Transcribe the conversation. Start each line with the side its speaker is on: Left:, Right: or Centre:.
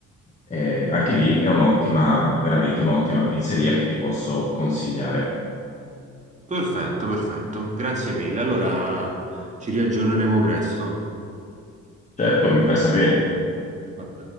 Left: Eh, anche lì è un'ottima, veramente un'ottima pizzeria che ti posso consigliare.
Right: Perfetto, perfetto. Grazie mille. Allora ci riaggiorneremo presto.
Left: Certo, mi fai sapere.
Right: Vabbè.